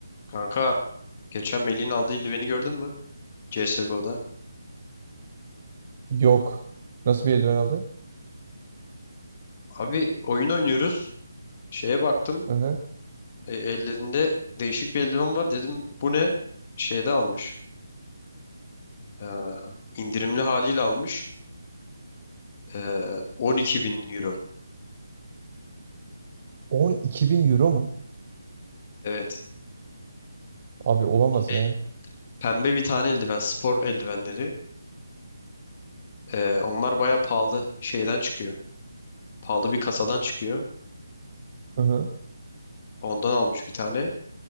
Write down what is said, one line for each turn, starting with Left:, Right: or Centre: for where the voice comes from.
Left: Kanka geçen Melih'in aldığı Illiven'i gördün mü? CSGO'da.
Right: Yok. Nasıl bir eldiven aldı?
Left: Abi oyun oynuyoruz. Şeye baktım.
Right: Hı hı.
Left: e, ellerinde değişik bir eldiven var. Dedim bu ne? Şeyde almış. Ee, indirimli haliyle almış. Ee, 12 bin euro.
Right: 12 bin euro mu?
Left: Evet.
Right: Abi olamaz
Left: Şey,
Right: ya.
Left: pembe bir tane eldiven. Spor eldivenleri. Ee, onlar baya pahalı. Şeyden çıkıyor. Pahalı bir kasadan çıkıyor.
Right: Hı hı.
Left: Ondan almış bir tane.